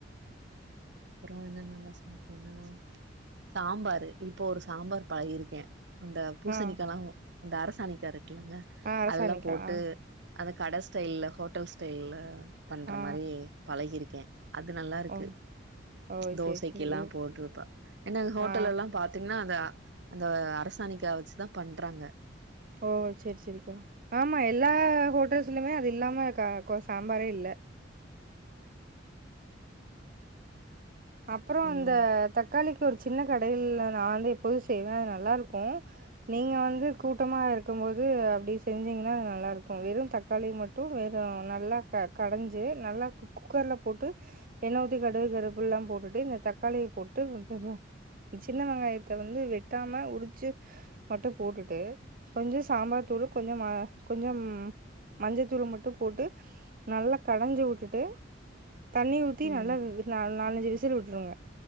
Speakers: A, on the right; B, on the right.
A: அப்பறோ என்னன்னல்லா சமப்பேன்னா சாம்பாரு இப்ப ஒரு சாம்பார் பழகிர்க்கே அந்த பூசணிக்காயல்லா
B: ஆ
A: அந்த அரசாணிக்காய் இருக்குல்லங்க
B: ஆ அரசாணிக்கா
A: அதெல்லா போட்டு
B: ஆ
A: அத கட ஸ்டைல்ல ஹோட்டல் ஸ்டைல்ல பண்ற
B: ஆ
A: மாறி பழகியிர்க்கே அது நல்லாருக்கு
B: ஆ ஓ ஓ
A: தோசைக்கில்லா
B: செரி செரி
A: போட்ருப்பா என்ன அது ஹோட்டல்
B: ஆ
A: லெல்லாம் பாத் திங்ன்னா அந்த அந்த அரசாணைக்கா வச்சுதான் பண்றாங்க
B: ஓ செரி செரிக்கா ஆமா எல்லா ஹோட்டல்ஸ்லுமே அது இல்லாம கா கோஸ் சாம்பாரே இல்ல அப்புறோம்
A: ம்
B: இந்த தக்காளிக்கு ஒரு ஜின்ன கடையில்ல நா வந்து எப்போதும் செய்வ அது நல்லாருக்கும் நீங்க வந்து கூட்டமாருக்கும் போது அப்டி செஞ்சீங்கின்னா நல்லாருக்கும் வெறு தக் காளி மட்டு வேற நல்லா கடஞ்சு நல்லா குக் குக்கர்ல போட்டு எண்ண ஊத்தி கடுகு கருவேப்பில்லா போட்டுட்டு இந்த தக்காளிய போட்டு உப் ஜின்ன வெங்காயத்த வந்து வெட்டாம உரிச்சு மட்டு போட்டுட்டு கொஞ்ச சாம்பார் தூளு கொஞ்சம் மெளகா கொஞ்சம் மஞ்சத்தூள மட்டு போட்டு நல்லா கடஞ்சு விட்டுட்டு தண்ணீ ஊத்தி
A: ம்
B: நல்லா நால் நாலஞ்சு விசில் விட்டுருங்க